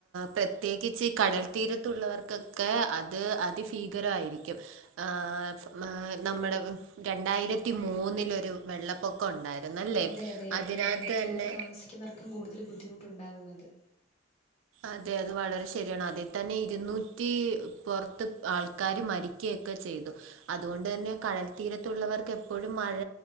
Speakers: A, on the right; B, on the left.
A: പ്രത്യേകിച്ച് കടൽ തീരത്തുള്ളവർക്കൊക്കെ അത് അതി ഭീകരമായിരിക്കും ആഹ് ഏഹ് നമ്മുടെ രണ്ടായിരത്തി മൂന്നിലൊരു വെള്ളപ്പൊക്കം ഉണ്ടായിരുന്നല്ലേ?
B: അതെ അതെ
A: അതിനകത്ത്
B: ഇപ്പം കടൽത്തീരത്ത്
A: തന്നെ
B: താമസിക്കുന്നവർക്കും കൂടുതൽ ബുദ്ധിമുട്ടുണ്ടാവുന്നത്.
A: അതെ അത് വളരെ ശരിയാണ് അതേ തന്നെ ഇരുന്നൂറ്റി പുറത്ത് ആൾക്കാാര് മരി കേക്ക ചെയ്തു. അതുകൊണ്ട് തന്നെ കടൽത്തീരത്തുള്ളവർക്ക് എപ്പോഴും മഴ